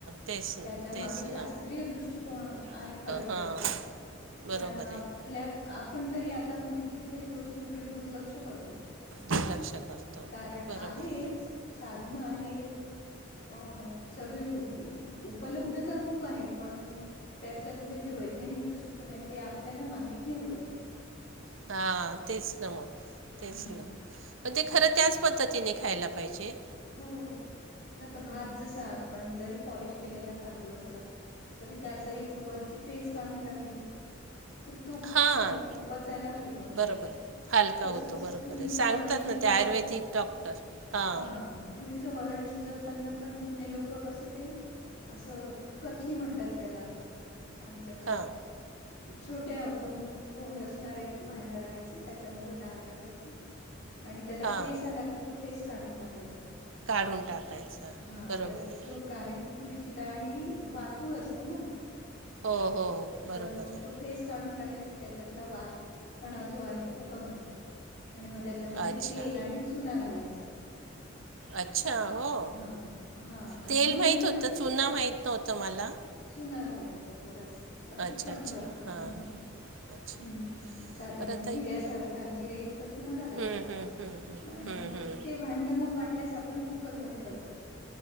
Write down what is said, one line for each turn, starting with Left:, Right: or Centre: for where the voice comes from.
Right: तेचं
Left: त्याच्या
Right: न,
Left: मागे
Right: तेचं
Left: शास्त्रीय दृष्टिकोन आहे खर
Right: हां
Left: तर
Right: बरोबर
Left: पण आपल्या
Right: आहे
Left: आपण तरी आता म्हणजे कितीतरी गोष्टींकडे दुर्लक्ष करतो.
Right: दुर्लक्ष करतो
Left: कारण
Right: बरोबर
Left: आहेच.
Right: आहे
Left: साधन आहेत अ सगळी उपलब्धता खूप आहे पण त्याच्यातले जे वैज्ञानिक दृष्टिकोन आहे ते आपल्याला माहित नाही उलट.
Right: हा तेच ना मग, तेच
Left: हम्म
Right: ना. पण ते खरं त्याच पद्धतीने खायला पाहिजे.
Left: हो नाही तर भात जसा पण जरी पॉलिश केलेला तांदूळ असला तरी त्याची एक वरची पेज काढून टाकली तर तो
Right: हां
Left: पचायला हलका होतो
Right: बरोबर आहे हलका
Left: तसच
Right: होतो बरोबर
Left: तुरीचं
Right: आहे सांगतात
Left: वरण शिजवताना
Right: ना ते आयुर्वेदिक डॉक्टर हां
Left: हा तुरीचं वरण शिजवताना पण जुने लोक कसं ते असं कथली म्हणतात त्याला आमच्याकडे.
Right: हां
Left: छोट तोंड <unintelligible> तोंड असणार एक भांड राहायचं त्याच्यामध्ये डाळ टाकायची आणि त्याला
Right: हां
Left: फेस आला की तो फेस काढून टाकायचा.
Right: काढून टाकायचा
Left: हा,
Right: बरोबर
Left: तर
Right: आहे
Left: तो कारण की तुरीची डाळ ही वातूळ असते ना.
Right: हो हो
Left: तर
Right: बरोबर
Left: मग
Right: आहे
Left: तो फेस काढून टाकला की त्याच्यातला वात पण जो आहे तो कमी होतो. आणि मग त्या त्याच्यामध्ये
Right: अच्छा
Left: तेल आणि चुना घालायचा.
Right: अच्छा! हो
Left: हा हा आणि
Right: तेल
Left: मग
Right: माहीत
Left: नंतर
Right: होतं
Left: ते
Right: चुना माहीत नव्हतं मला.
Left: चुना घालायचा थोडासा अगदी
Right: अच्छा
Left: कणभर,
Right: अच्छा हां
Left: हम्
Right: हां अच्छा
Left: हम्म, साधारण
Right: बरं ताई
Left: जिऱ्यासारखा जिर्या इतकां चुना घालायचा.
Right: हम्म, हम्म, हम्म,
Left: आणि
Right: हम्म,
Left: मग
Right: हम्म,
Left: भांड ते मग वाटल्यास आपण कुकरमध्ये लावू शकतो.